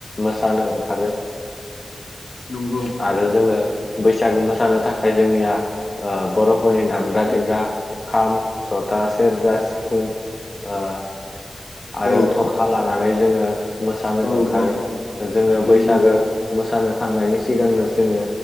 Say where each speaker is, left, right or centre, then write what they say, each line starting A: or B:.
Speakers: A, on the left; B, on the left.
A: मोसानो ओंखारो।
B: नंगौ
A: आरो जोङो बैसागो मोसानो थाखाय जोंनिया ओ बर'फोरनि दामग्रा देग्रा खाम, जथा, सेरजा, सिफुं आ
B: औ
A: आरो थरखा लानानै जोङो मोसानो
B: औ
A: ओंखारो।
B: औ
A: जोङो
B: नंगौ
A: बैसागो मोसानो थांनायनि सिगांनो जोङो